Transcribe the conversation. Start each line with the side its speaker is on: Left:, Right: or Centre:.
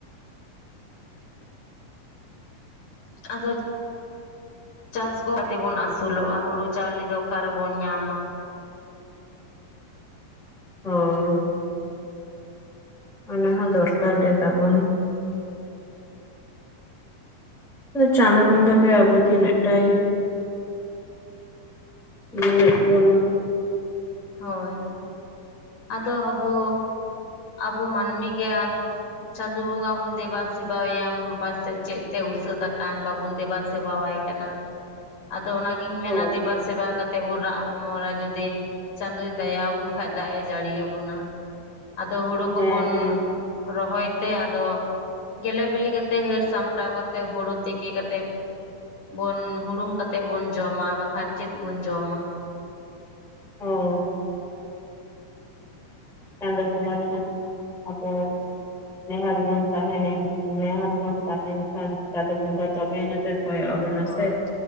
Left: ᱟᱫᱚ ᱪᱟᱥ ᱠᱚ ᱠᱟᱛᱮ ᱵᱚᱱ ᱟᱹᱥᱩᱞᱚᱜ-ᱟ, ᱦᱩᱲᱩ ᱪᱟᱣᱞᱮ ᱫᱚ ᱚᱠᱟ ᱨᱮᱵᱚᱱ ᱧᱟᱢᱟ?
Centre: ᱦᱳᱭ ᱾ ᱚᱱᱟ ᱦᱚᱸ ᱫᱚᱨᱠᱟᱨ ᱜᱮ ᱛᱟᱵᱚᱱ ᱾ ᱪᱟᱸᱫᱚ ᱵᱚᱸᱜᱟ ᱜᱮ ᱟᱵᱚ ᱛᱤᱱᱟᱹᱜ ᱴᱟᱭ ᱧᱮᱞᱮᱫ ᱵᱚᱱᱟ ᱾
Left: ᱦᱳᱭ ᱾ ᱟᱫᱚ ᱟᱵᱚ ᱟᱵᱚ ᱢᱟᱹᱱᱢᱤ ᱜᱮ ᱟᱫᱚ ᱪᱟᱸᱫᱚ ᱵᱚᱸᱜᱟ ᱵᱚᱱ ᱫᱮᱵᱟᱥᱮᱵᱟᱭᱟ, ᱯᱟᱥᱮᱫ ᱪᱮᱫ ᱛᱮ ᱩᱥᱟᱹᱛ ᱟᱠᱟᱱ? ᱵᱟᱵᱚᱱ ᱫᱮᱵᱟ ᱥᱮᱵᱟ ᱥᱮᱵᱟᱣᱟᱭ ᱠᱟᱱᱟ ᱾ ᱟᱫᱚ ᱚᱱᱟᱜᱤᱧ ᱢᱮᱱᱟ
Centre: ᱦᱳᱭ
Left: ᱫᱮᱵᱟ ᱥᱮᱵᱟ ᱠᱟᱛᱮ ᱵᱚᱱ ᱨᱟᱜ ᱦᱚᱢᱚᱨᱟ ᱡᱩᱫᱤ ᱪᱟᱸᱫᱚᱭ ᱫᱟᱭᱟᱵᱚᱱ ᱠᱷᱟᱡ ᱾ ᱫᱟᱜ ᱮ ᱡᱟᱹᱲᱤᱭᱟᱵᱚᱱᱟ, ᱟᱫᱚ ᱦᱩᱲᱩ ᱠᱚᱵᱚᱱ
Centre: ᱦᱮᱸ ᱦᱮᱸ
Left: ᱨᱚᱦᱚᱭ ᱛᱮ, ᱟᱫᱚ ᱜᱮᱞᱮ ᱵᱤᱞᱤ ᱠᱟᱛᱮ, ᱦᱟᱹᱨ ᱥᱟᱢᱴᱟᱣ ᱠᱟᱛᱮ, ᱦᱩᱲᱩ ᱛᱤᱠᱤ ᱠᱟᱛᱮ, ᱵᱚᱱ ᱦᱩᱲᱩᱝ ᱠᱟᱛᱮ ᱵᱚᱱ ᱡᱚᱢᱟ, ᱵᱟᱠᱷᱟᱱ ᱪᱮᱫ ᱵᱚᱱ ᱡᱚᱢᱟ?
Centre: ᱦᱚᱭ ᱪᱟᱸᱫᱚ ᱵᱚᱸᱜᱟ ᱴᱷᱮᱱ ᱟᱵᱚ ᱱᱮᱦᱟᱨ ᱵᱚᱱ ᱛᱟᱦᱮᱸ ᱞᱮᱱ ᱱᱮᱦᱟᱨ ᱵᱚᱱ ᱛᱟᱦᱮᱱ ᱠᱷᱟᱱ, ᱪᱟᱸᱫᱚ ᱵᱚᱸᱜᱟ ᱛᱚᱵᱮᱭ ᱱᱚᱛᱮ ᱠᱚᱭᱚᱜ ᱾ ᱵᱚᱱᱟ
Left: ᱦᱳᱭ
Centre: ᱥᱮ